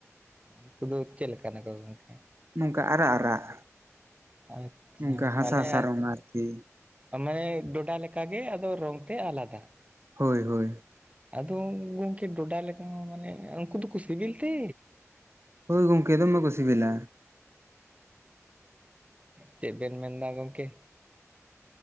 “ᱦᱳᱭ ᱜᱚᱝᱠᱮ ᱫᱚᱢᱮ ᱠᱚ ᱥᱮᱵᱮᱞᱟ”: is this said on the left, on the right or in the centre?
Right